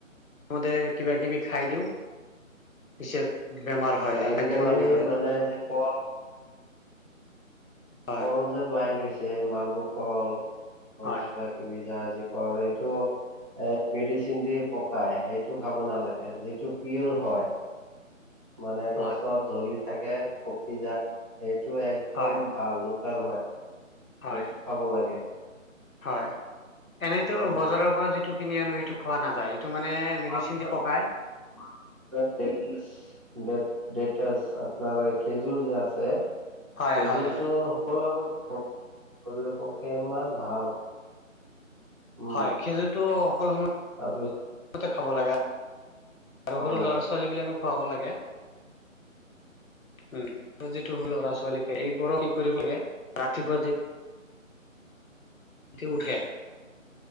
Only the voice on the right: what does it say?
আজিকালি
মানে
যে ক
কল যে বাহিৰ হৈছে মালভোগ কল
কিবা জাহাজী কল এইটো এ' মেডিচিন দি পকাই সেইটো খাব নালাগে, যিটো পিয়ৰ হয় মানে গছত
ধৰি থাকে পকি যায় সেইটো একদম
ভাল লোকেল হয়।
সেইটো খাব লাগে।
উম
<inaudible>
ড- ডেটাচ আপোনাৰ খেজুৰ যে আছে। খেইযোৰটো
সকলো সম কৰিব পকে ইমান ভাল <inaudible> উম
তাৰপিছত
খাব
লাগে